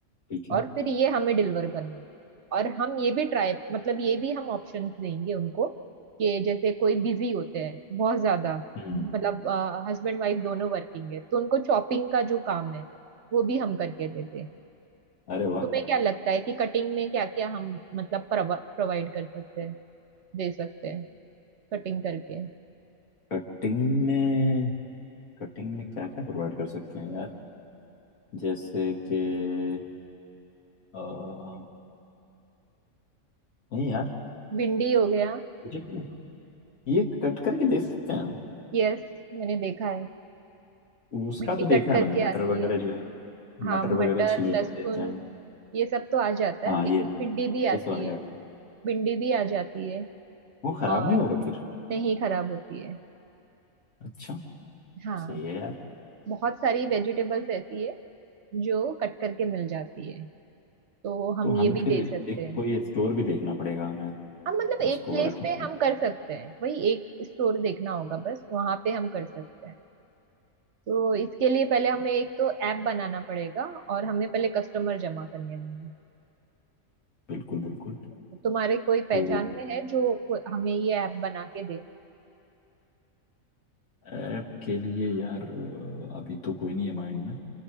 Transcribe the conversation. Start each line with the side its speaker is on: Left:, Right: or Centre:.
Left: ठीक है
Right: और फिर ये हमें डिलीवर करना होगा। और हम ये भी ट्राई मतलब ये भी हम ऑप्शंस देंगे उनको कि जैसे कोई बिजी होते हैं बहुत ज्यादा
Left: हम्म
Right: मतलब हस्बैंड वाइफ दोनों वर्किंग है तो उनको चॉपिंग का जो काम है वो भी हम करके देते हैं
Left: अरे वाह
Right: तुम्हें क्या लगता है कि कटिंग में क्या क्या हम मतलब प्रोवाइड कर सकते हैं दे सकते हैं कटिंग करके
Left: कटिंग में कटिंग में क्या क्या प्रोवाइड कर सकते हैं यार जैसे कि अ, नहीं यार
Right: भिंडी हो गया
Left: वेजिटेबल ये कट करके दे सकते हैं हम
Right: यस मैंने देखा है
Left: उसका
Right: भिंडी
Left: तो देखा
Right: कट करके
Left: है मैंने मटर
Right: आती
Left: वगैरह
Right: है
Left: जो है
Right: हाँ
Left: मटर
Right: मटर
Left: वगैरह छील
Right: लहसुन
Left: कर देते हैं
Right: ये सब तो आ जाता
Left: हाँ
Right: है लेकिन
Left: ये
Right: भिंडी भी
Left: ये
Right: आती
Left: सब आ जाता
Right: है
Left: है
Right: भिंडी भी आ जाती है
Left: वो खराब
Right: और
Left: नहीं होगा फिर
Right: नहीं खराब होती है
Left: अच्छा
Right: हाँ
Left: सही है यार
Right: बहुत सारी वेजिटेबल्स ऐसी है जो कट करके मिल जाती है तो हम
Left: तो हमें
Right: ये भी
Left: फिर
Right: दे सकते
Left: एक
Right: हैं
Left: कोई स्टोर भी देखना पड़ेगा हमें
Right: हम मतलब
Left: उसको
Right: एक प्लेस
Left: रखने
Right: पे
Left: के लिए
Right: हम कर सकते हैं वही एक स्टोर देखना होगा बस वहां पे हम कर सकते हैं तो इसके लिए पहले हमें एक तो ऐप बनाना पड़ेगा और हमें पहले कस्टमर जमा करने होंगे
Left: बिल्कुल बिल्कुल
Right: तो तुम्हारे कोई
Left: तो
Right: पहचान में है जो को- हमें ये ऐप बना के दे
Left: ऐप के लिए यार अ, अभी तो कोई नहीं है माइंड में